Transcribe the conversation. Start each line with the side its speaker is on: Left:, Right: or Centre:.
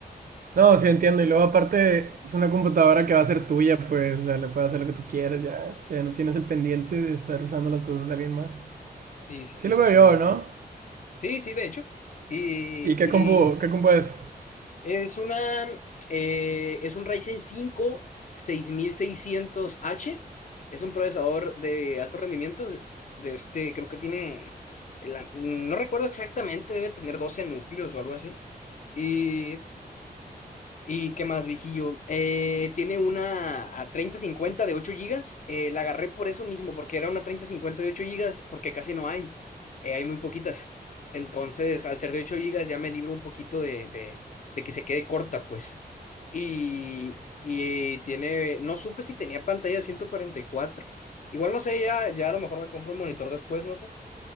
Right: No, sí entiendo. Y luego aparte es una computadora que va a ser tuya, pues, o sea, le puedes hacer lo que tú quieras, ya. O sea, no tienes el pendiente de estar usando las cosas de alguien más.
Left: Sí, sí, sí,
Right: Así lo
Left: totalmente.
Right: veo yo, ¿no?
Left: Sí, sí, de hecho. Y,
Right: ¿Y qué
Left: y
Right: compu, qué compu es?
Left: es una, eh, es un Ryzen cinco seis mil seiscientos h Es un procesador de alto rendimiento. De este, creo que tiene, la- no recuerdo exactamente, debe tener 12 núcleos o algo así. Y ¿Y qué más, viejillo? Eh, tiene una a treinta cincuenta de 8 gigas. Eh, la agarré por eso mismo, porque era una treinta cincuenta de 8 gigas, porque casi no hay. Eh, hay muy poquitas. Entonces, al ser de 8 gigas, ya me libro un poquito de, de, de que se quede corta, pues. Y, y tiene. No supe si tenía pantalla de 144. Igual no sé, ya, ya a lo mejor me compro un monitor después, no sé.